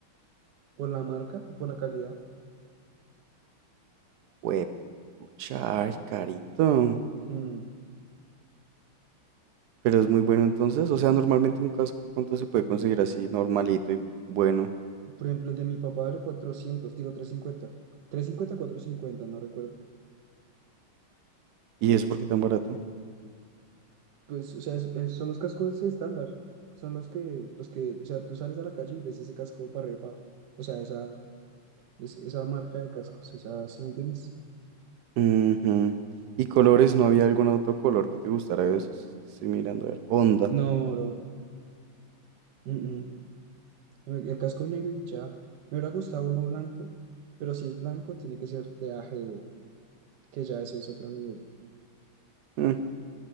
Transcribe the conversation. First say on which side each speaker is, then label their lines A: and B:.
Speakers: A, on the right; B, on the right.
A: Por la marca, por la calidad.
B: Juepucha, ay, carito.
A: Mm,
B: Pero es muy bueno entonces. O sea, normalmente un casco, ¿cuánto se puede conseguir así normalito y bueno?
A: Por ejemplo, el de mi papá vale 400 digo trescientos cincuenta trescientos cincuenta 350, cincuenta no recuerdo.
B: ¿Y eso por qué tan barato?
A: Pues, o sea, es- es- son los cascos estándar. Son los que, los que, o sea, tú sales a la calle y ves ese casco para arriba y para abajo. O sea, esa, es- esa marca de cascos, esa, ¿sí me entiendes?
B: Ujú. ¿Y colores? ¿No había algún otro color que te gustara de esos? que Estoy mirando a ver. Onda.
A: No, bro. mm, mm. El el casco negro y ya. Me hubiera gustado uno blanco, pero si es blanco, tiene que ser de A G D que ya eso es otro nivel.
B: Mm,